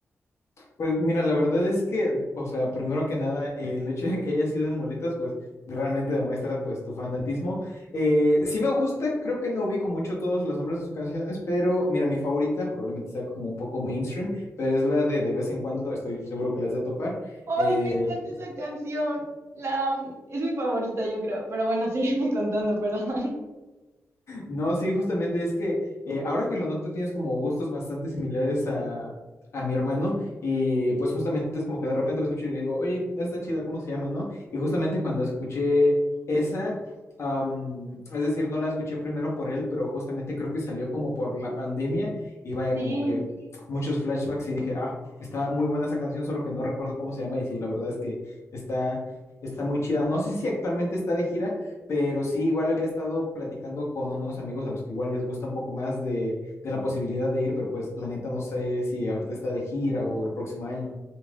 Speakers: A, on the left (about 60°); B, on the right (about 60°).
A: Pues mira, la verdad es que, o sea, primero que nada, el hecho de que haya sido en muletas, pues realmente demuestra pues tu fanatismo. Eh, sí me gusta, creo que no ubico mucho todos los nombres de sus canciones, pero mira, mi favorita probablemente sea como un poco mainstream, pero es la de de vez en cuando, estoy seguro que las de topar.
B: ¡Ay,
A: Eh,
B: me encanta esa canción! La amo. Es mi favorita, yo creo. Pero bueno, <laughs> sígueme contando, perdón.
A: No, sí, justamente es que eh, ahora que lo noto tienes como gustos bastante similares a, a mi hermano y pues justamente es como que de repente lo escucho y le digo, oye, está chida, ¿cómo se llama, no? Y justamente cuando escuché esa, am, es decir, no la escuché primero por él, pero justamente creo que salió como por la pandemia y vaya
B: <laughs> Sí,
A: como que muchos flashbacks y dije, ah, está muy buena esa canción, solo que no recuerdo cómo se llama y sí, la verdad es que está, está muy chida. No sé si actualmente está de gira. Pero sí, igual había estado platicando con unos amigos a los que igual les gusta un poco más de, de la posibilidad de ir, pero pues la neta no sé si ahorita está de gira o el próximo año.